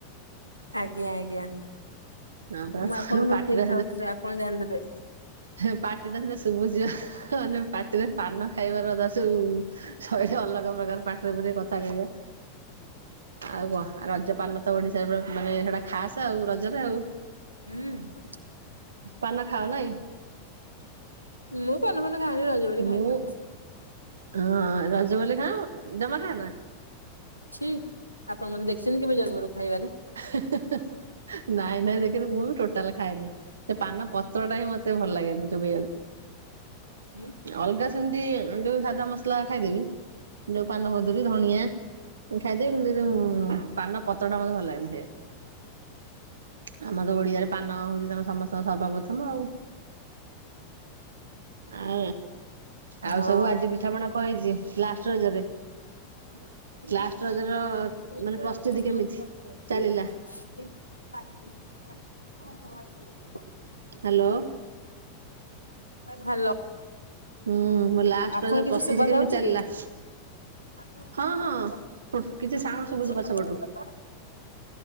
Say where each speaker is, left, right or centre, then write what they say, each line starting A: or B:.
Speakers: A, on the right; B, on the right.
A: ଆଜ୍ଞା ଆଜ୍ଞା ମୁଁ
B: ନା ପରା
A: ଆପଣଙ୍କୁ
B: ପାଟିଟା
A: ଲୁଚେଇକି ଖାଉଥିଲି ଆପଣ ଜାଣିଦେଲେ।
B: ହେ ପାଟିଟା ସିନା ଶୁଭୁଝି ମାନେ ପାଟିରେ ପାନ ଖାଇବାର ଯା ସୁବୁ ଶୈଳି ଅଲଗା ପ୍ରକାର ପାଟିରେ ପୁରେକି କଥା କହିବା। ଆଉ କଣ ରଜପାନତ ଓଡିଶାରେ ମାନେ ସେଇଟା ଖାସ ଆଉ ରଜରେ ଆଉ
A: ହୁଁ।
B: ପାନ ଖାଅ ନାଇଁ।
A: ମୁଁ ପାନ ଫାନ ଖାଏନି ରଜ ବୋଲି
B: ମୁଁ
A: ଖାଏନି।
B: ହଁ ରଜବୋଲି ଖାଅ ଜମା ଖାଅନା।
A: ଛି ଆପଣମାନେ ଦେଖିଛନ୍ତି କେବେ ଜନ୍ମରୁ ଖାଇବାରେ?
B: ହେ, ହେ, ହେ ନାଇଁ ନାଇଁ ଦେଖିନି ମୁଁବି ଟୋଟାଲ ଖାଏନି ସେ ପାନ ପତ୍ରଟା ହିଁ ମତେ ଭଲ ଲାଗେନି ଚୋବେଇଆକୁ
A: ହୁଁ।
B: ଅଲଗା ସେମିତି ଯୋଉ ସାଧାମସଲା ଖାଇଦେବି ଯୋଉ ପାନମଧୁରୀ ଧଣିଆ ଖାଇଦେବି କିନ୍ତୁ ଯୋଉ ହୁଁ ପାନ ପତ୍ରଟା ମତେ ଭଲ ଲାଗେନି ଖାଇବାକୁ ଆମର ଓଡିଆର ପାନ ହ ସମସ୍ତଙ୍କ ସର୍ବ ପ୍ରଥମ ଆଉ ଆ ଆଉ
A: ହଁ।
B: ସବୁ ଆଜି ପିଠାପଣା କଣହେଇଛି ଲାଷ୍ଟ ରଜରେ?
A: <unintelligible>
B: ଲାଷ୍ଟ ରଜର ମାନେ ପ୍ରସ୍ତୁତି
A: ହୁଁ।
B: କେମିତି ଚାଲିଲା?
A: <unintelligible>
B: ହାଲୋ।
A: ହାଲୋ
B: ହୁଁ ମୋ ଲାଷ୍ଟ୍
A: ଆପଣଙ୍କୁ
B: ର ଯଦି
A: କିଛି
B: ପ୍ରସ୍ତୁତି
A: ଶୁଭା
B: କେମିତି
A: ଯାଉଛି
B: ଚାଲିଲା?
A: କି? <unintelligible>
B: ହଁ ହଁ କିଛି ସାଉଣ୍ଡ ଶୁଭୁଛି ପଛପଟୁ ହୁଁ